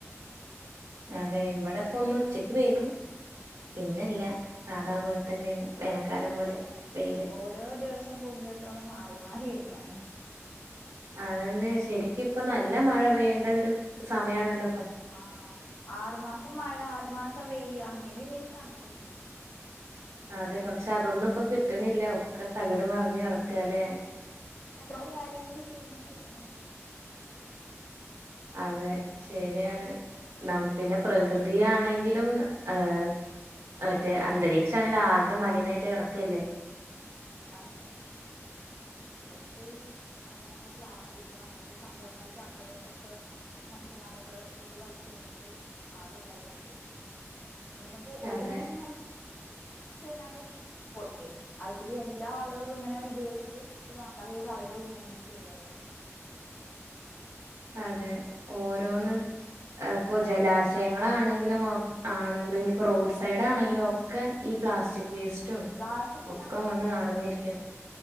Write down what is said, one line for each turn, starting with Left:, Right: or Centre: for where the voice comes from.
Right: അതെ ഇവിടെ ഇപ്പോ ഒന്നും ഉച്ചക്ക് പെയ്തു പിന്നില്ല സാദാ പോലെ തന്നെയാണ് വേനൽക്കാലം
Left: കാലാവസ്ഥക്ക
Right: പോലെ വെയില്
Left: ഓരോ ദിവസം കൂടുന്നത്തോളം മാറി മാറി വരിയാണ്
Right: അതന്നെ ശരിക്കും ഇപ്പ നല്ല മഴ പെയ്യേണ്ട ഒരു സമയണല്ലോ
Left: ആ ആറു മാസം മഴ ആറു മാസം വെയില് അങ്ങനെല്ല ഒരു കണകകെ
Right: അതെ പക്ഷെ അതൊന്നും ഇപ്പൊ കിട്ടണില്ല ഓക്കെ തകിട് മറിഞ്ഞു കിടക്കല്ലെ
Left: അത് ഓരോ കാര്യങ്ങള് ചെയ്യണോണ്ട അല്ലേ
Right: അതെ ശരിയാണ് എന്നെ പിന്നെ പ്രകൃതിയാണെങ്കിലും ഏ മറ്റേ അന്തരീക്ഷ ആണെങ്കിലും ആകെ മലിനമായിട്ട് കിടക്കല്ലേ
Left: അതാണ് ഒക്കെ ഈ കണ്ണിക്കാണ് ണ പ്ലാസ്റ്റിക് അങ്ങനത്തെ സംഭവങ്ങളൊക്കെ നമ്മള് ഒക്കെ മനുഷ്യ ന്മാരൊക്കെ ഇതീക്ക് വലിച്ചെർഞ്ഞിട്ട് ആകെതായി കെട്ക്കാണ് ഇങ്ങനെപ്പോ ഒരു
Right: അതെ
Left: മനുഷ്യൻ മ തീർനാ തന്നെ <unintelligible> അയിക്കൂടി എല്ലാ ആളുകളും ഇങ്ങനെ ഉപയോഗിച്ചിട്ട് ഇത് വാണ്ട ഇത് കളയുമ്പം പിന്നെങ്ങനെ ശെര്യാവ
Right: അതെ ഓരോന്ന് ഇപ്പൊ ജലാശയങ്ങളാണെങ്കിലും ആണെങ്കിലും പ്പൊ റോഡ് സൈഡാണെങ്കിലും ഒക്കെ ഈ പ്ലാസ്റ്റിക് വേസ്റ്റും
Left: പ്ലാസ്റ്റിക് ഇല്ലാത്തൊരു
Right: ഒക്കെ കൊണ്ട്
Left: സ്ഥലം
Right: നറഞ്ഞിരിക്കാണ്
Left: ഉണ്ടാവൂല അപ്പൊ